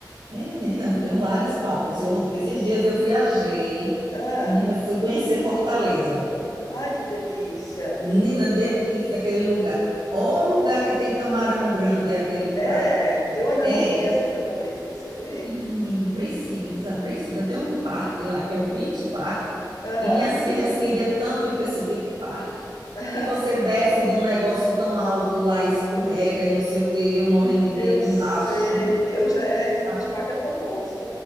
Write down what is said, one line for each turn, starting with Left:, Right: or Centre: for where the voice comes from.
Right: Menina, eu tenho vários papos. Eu, esses dias eu viajei.
Left: Ah,
Right: Menina, eu fui conhecer Fortaleza.
Left: ai, que delícia.
Right: Menina, delícia aquele lugar. Ó lugar que tem camarão grande, é aquele lugar.
Left: É, eu ainda
Right: É,
Left: não conheço Fortaleza, preciso ir.
Right: Menino, precisa, precisa. Tem um parque lá que é o Beach Park,
Left: Ah,
Right: e minhas filhas queriam tanto ir para esse Beach Park,
Left: <laughs>
Right: que você desce de um negócio tão alto lá, escorrega e não sei o quê, e eu morrendo de medo
Left: eu sei,
Right: embaixo.
Left: eu já, é, esse
Right: Tá?
Left: Beach Park é famoso.